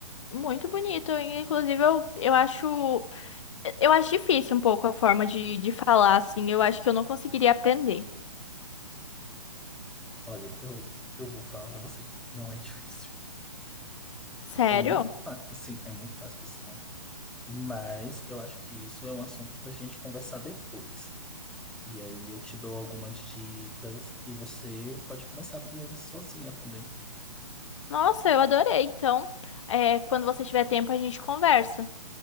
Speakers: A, on the left; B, in the centre.
A: Muito bonito. E, Inclusive, eu, eu acho. Eu acho difícil um pouco a forma de, de falar assim. Eu acho que eu não conseguiria aprender.
B: Olha, eu, eu vou falar para você, não é difícil.
A: Sério?
B: É muito fácil, sim, é muito fácil, por sinal. Mas eu acho que isso é um assunto para a gente conversar depois. E aí eu te dou algumas dicas e você pode começar aprendendo sozinha também.
A: Nossa, eu adorei. Então, é, quando você tiver tempo, a gente conversa.